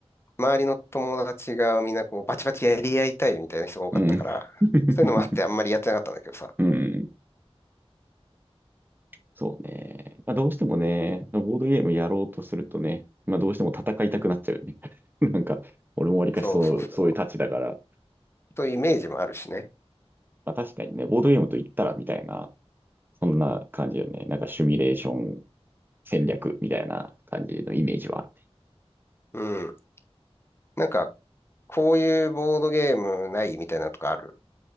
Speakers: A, on the left; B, on the right.
A: 周りの友達がみんなこうバチバチやり合いたいみたいな人が多かったから、
B: うん。<laughs>
A: そういうのもあってあんまりやってなかったんだけどさ。
B: うん。そうね。まあ、どうしてもね、ボードゲームやろうとするとね、まあ、どうしても戦いたくなっちゃうよね。<laughs> なんか、俺もわりかしそう、
A: そうそうそ
B: そういうたちだから、
A: う。というイメージもあるしね。
B: まあ、確かにね、ボードゲームと言ったらみたいなそんな感じよね。なんかシミュレーション戦略みたいな感じのイメージはあるね。
A: うん。なんか、こういうボードゲームないみたいなのとかある。